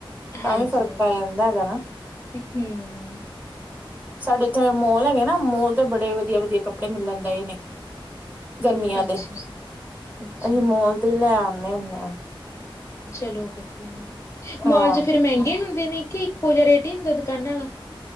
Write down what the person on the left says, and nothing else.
ਹਾਂਜੀ
ਹੂੰ
ਅੱਛਾ
ਅੱਛਾ
ਜੀ
ਚਲੋ ਵਧੀਆ
ਮੌਲ ਚ ਫਿਰ ਮਹਿੰਗੇ ਹੁੰ ਜਿਵੇਂ ਕਿ ਕੁਜਾ ਰੇਟੀ ਹੁੰਦਾ, ਦੁਕਾਨਾਂ ਵਾਲਾ